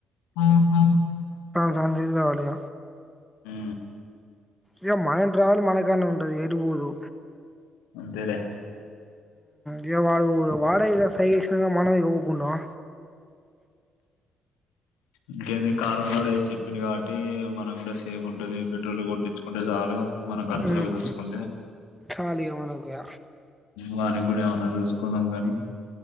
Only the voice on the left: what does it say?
హు
హు
అంతేలే
ఇంకేంది కారణడ చెప్పింది కాబట్టి మనకు కూడా సేఫ్ ఉంటది పెట్రోల్ కొట్టించుకుంటే చాలు మన ఖర్చులోకి
తీసుకుంటే
వాణికి కూడా ఏమైనా చూసుకుందం కానీ